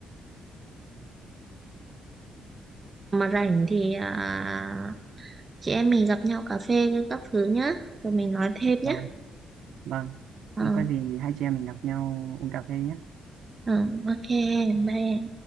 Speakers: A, on the right (about 30°); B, on the right (about 75°).
A: mà rảnh thì à, chị em mình gặp nhau cà phê các thứ nhá rồi mình nói thêm nhá
B: Vâng. Vâng,
A: Ờ,
B: thì có gì hai chị em mình gặp nhau uống cà phê nhé.
A: ờ, ok bye em